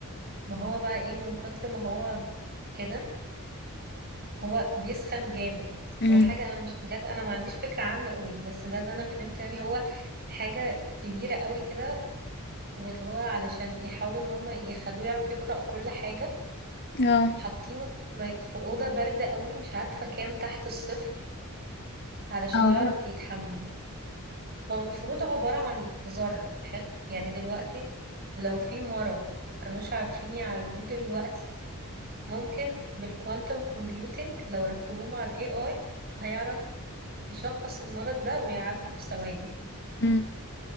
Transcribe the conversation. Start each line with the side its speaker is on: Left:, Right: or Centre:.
Right: ما هو بقى ايه من كتر ما هو كده هو بيسخن جامد
Left: مم.
Right: هو حاجة أنا مش بجد أنا ما عنديش فكرة عامة قوي بس ده اللي أنا فهمته يعني هو حاجة كبيرة قوي كده واللي هو علشان يحاولوا إن هما يخلوه يعرف يقرأ كل حاجة
Left: اه
Right: حاطينه في, م- في أوضة باردة قوي مش عارفة كام تحت الصفر علشان
Left: اه
Right: يعرف يتحمم هو المفروض عبارة عن ذرة حلو يعني دلوقتي لو في مرض ما كانوش عارفين يعالجوه دلوقتي ممكن بالكوانتم كومبيوتينج لو ركبوه مع ال AI هيعرف يشخص المرض ده ويعالجه في ثواني
Left: مم.